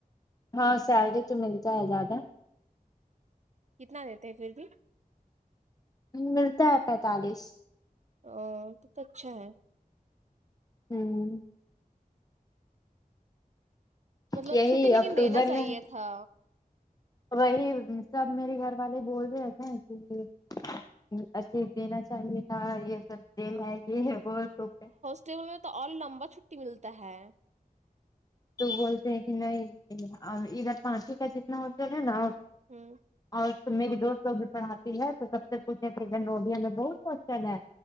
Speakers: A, on the left; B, on the right.
A: ہاں سیلری تو ملتا ہے زیادہ
B: کتنا دیتے ہیں پھر بھی
A: ملتا ہے پینتالیس
B: او تو کتنا اچھا ہے
A: ہوں
B: مطلب
A: یہی
B: چھٹی لیکن
A: اکتوبر
B: دینا چاہیے
A: میں
B: تھا
A: وہی سب میرے گھر والے بول رہے تھے کہ اٹلیسٹ دینا چاہیے تھا یہ سب ڈے ہے یہ وہ ہے سب ہے
B: تمہیں تو اور لمبا چھٹی ملتا ہے
A: تو بولتے ہیں کہ نہیں ادھر پانچ کا جتنا ہوٹل ہے نا
B: ہ
A: اور میری دوست بھی پڑھاتی ہے تو سب سے پوچھےکن روڈیا میں دوست ہوسٹل ہے